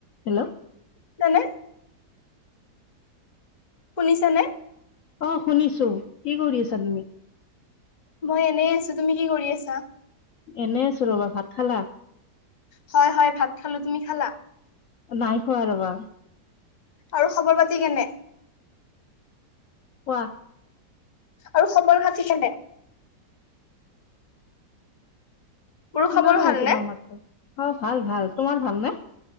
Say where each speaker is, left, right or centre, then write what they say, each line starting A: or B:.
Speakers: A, on the left (about 60°); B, on the left (about 35°).
A: হেল্ল'
B: <inaudible> শুনিছানে?
A: অ শুনিছো। কি কৰি আছা তুমি?
B: মই এনে আছো। তুমি কি কৰি আছা?
A: এনেই আছোঁ ৰ'বা। ভাত খালা?
B: হয় হয় ভাত খালো। তুমি খালা?
A: নাই খোৱা আৰু ৰবা।
B: আৰু খবৰ পাতি কেনে?
A: কোৱা
B: আৰু খবৰ পাতি কেনে? মোৰো
A: শুনা
B: খবৰ
A: নাই
B: ভালনে
A: তোমাৰ মাতটো। অ ভাল ভাল, তোমাৰ ভাল নে?